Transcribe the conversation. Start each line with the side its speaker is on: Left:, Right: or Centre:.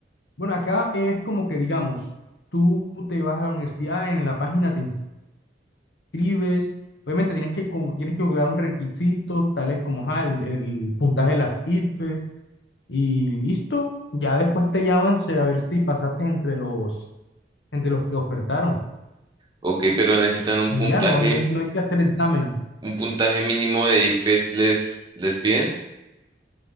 Left: Bueno, acá es como que, digamos, tú te vas a la universidad, en la página te inscribes. Obviamente tienes que, cu- tienes que cubrir un requisito, tales como ajá, el, el puntaje de las IFES Y listo, ya después te llaman se- a ver si pasaste entre los, entre los que ofertaron.
Right: Ok, pero necesitan un
Left: Y
Right: puntaje,
Left: ya no, no hay, no hay que hacer examen.
Right: un puntaje mínimo de ICFES les, les piden.